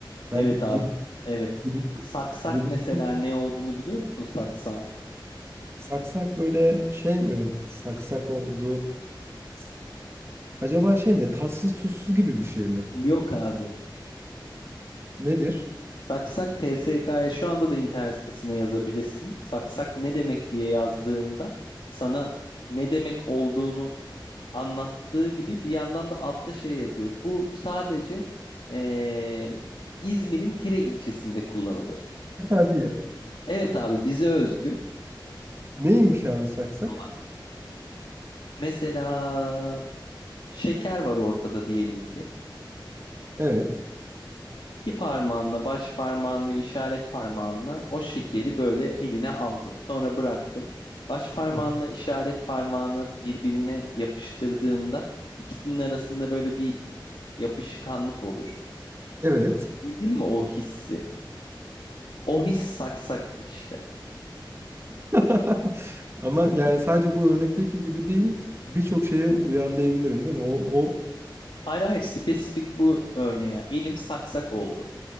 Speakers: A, on the right (about 30°); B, on the left (about 80°).
A: Ben
B: Evet abi.
A: dilim,
B: Evet.
A: dilim,
B: Saksak
A: dilim
B: mesela ne olduğunu biliyor musun saksan?
A: Saksak böyle şey mi? Saksak oldu. S- Acaba şey mi? ya, Tatsız tuzsuz gibi bir şey mi?
B: Yok abi.
A: Nedir?
B: Saksak TSK'ya şu anda da internet sitesine yazabilirsin. Saksak ne demek diye yazdığında sana ne demek olduğunu anlattığı gibi bir yandan da altta şey yazıyor. Bu sadece eee, İzmir'in Tire ilçesinde kullanılır.
A: Hadi ya.
B: Evet abi bize özgü.
A: Neymiş abi saksak?
B: Olay. Mesela şeker var ortada diyelim ki.
A: Evet.
B: İki parmağınla baş parmağın ve işaret parmağınla o şekeri böyle eline aldın. Sonra bıraktın. Baş parmağınla
A: Hı.
B: işaret parmağını birbirine yapıştırdığında ikisinin arasında böyle bir yapışkanlık olur.
A: Evet.
B: Bildin mi o hissi? O his saksak işte.
A: <laughs> Ama yani sadece bu örnekteki gibi değil. Birçok şeye uyarlayabilirim değil mi? O, o
B: Hayır hayır spesifik bu örneğe. Elim saksak oldu.